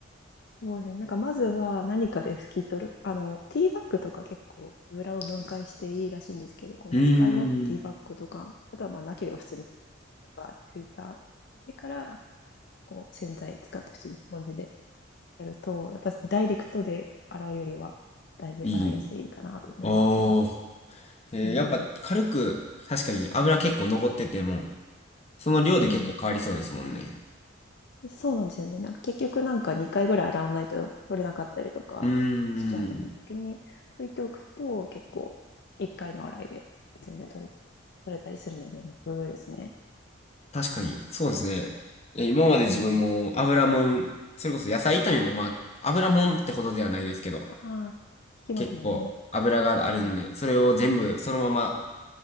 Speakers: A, on the left; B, on the left.
A: そうですね。なんかまずは何かで拭き取る。あの、ティーバッグとか結構油を分解していいらしいんですけど、この使い終わったティーバッグとか、
B: うーん。
A: あとはまあなければ普通にティッシュとかでバーって拭いた。でから、こう洗剤使って普通にスポンジでやると、やっぱダイレクトで洗うよりは、だいぶ洗いやすいかなと思いますけど。
B: いい。おー。えーやっぱ軽く、
A: うん。
B: 確かに油結構残ってても、その量で結構変わりそうですもんね。
A: そうなんです。そうなんですよね。なんか結局なんか2回ぐらい洗わないと取れなかったりとかしちゃうので、
B: うーん。
A: 先に拭いておくと結構1回の洗いで全然取れ、取れたりするので楽ですね。
B: 確かに、そうですね。いや、今まで自分も油もん、
A: うん。
B: それこそ野菜炒めもまあ、油もんってほどではないですけど、
A: ああ、引きますもんね。
B: 結構油があるんで、
A: はい。
B: それを全部そのまま